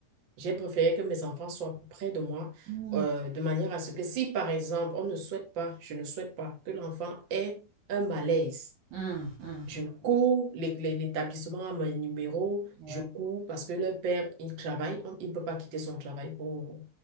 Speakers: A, on the right (about 40°); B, on the right (about 55°).
A: j'ai préféré que mes enfants soient près de moi
B: Mm,
A: euh, de manière à ce que si, par exemple, on ne souhaite pas, je ne souhaite pas que l'enfant ait un malaise,
B: mm, mm.
A: je cours, l'é- l'é- l'établissement a mon numéro,
B: Ouais.
A: je cours parce que le père, il travaille, on- il ne peut pas quitter son travail pour,